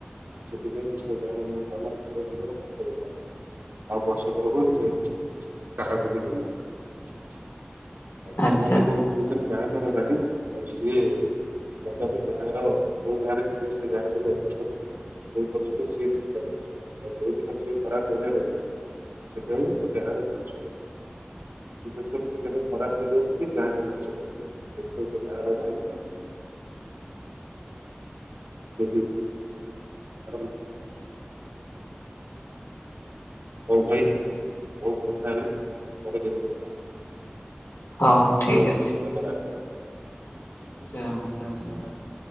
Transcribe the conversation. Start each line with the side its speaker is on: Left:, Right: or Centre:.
Right: ସେଥିପାଇଁ ସେ ମୋ ଗ୍ରାମ ଠାକୁରାଣୀଙ୍କର ହାତ ନଥାଏ, ଆଉ ବସନ୍ତ ରୋଗ ହୁଏ ସେ କାହାକୁ ବି ଦେଇନଥିଲେ, ତାପରେ
Left: ଆଚ୍ଛା
Right: ଗ୍ରାମ ଦେବ
Left: ଆଚ୍ଛା
Right: ସେ ହଉଛନ୍ତି ଗାଁଙ୍କର ରାଣୀ, ଆଉ ସିଏ କଦାପି ଗାଁ ର ଯୋଉ ଗାଁରେ ଥିବେ ସେ ଗାଁର କେବେ ଅନିଷ୍ଟ କରିିବେ ଯୋଉ ପର୍ଯ୍ୟନ୍ତ ସିଏ ତାର ଛଉ ଆଉ ଯୋଉଦିନ ସିଏ ଖରା କର ରହି ସେତେବେଳେ ସେ ତାର ବୁଝିବ। ବିଶେଷ କରି ସେ କେବେ ଖରାପ ଭାବିବନି କି ଗାଁକୁ ବଞ୍ଚେଇ ପାରିବ ସେଥିପାଇଁ ସେ ଗାଁର ଗାଇକା ଏ <unintelligible> ହଉ ଭାଇ ବହୁତ କଥା ହେଲ ଆଉ ପରେ କେବେ କଥା ହେବା। <unintelligible>
Left: ହଉ ଠିକ୍ ଅଛି। ଜୟ ମା ସାର୍ <unintelligible>